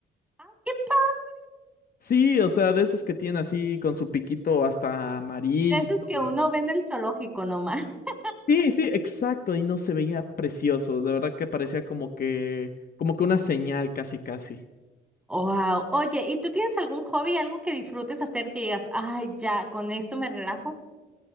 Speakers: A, in the centre; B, on the left.
A: ¡Ay, ¡Qué padre!
B: Sí, o sea, de esos que tienen así con su piquito hasta amarillo.
A: De esos
B: y todo.
A: que uno ve en el zoológico nomás. <laughs>
B: Sí, sí, exacto. Y no se veía precioso. De verdad que parecía como que, como que una señal, casi, casi.
A: Wow. Oye, ¿y tú tienes algún hobby, algo que disfrutes hacer que digas, ay, ya, con esto me relajo?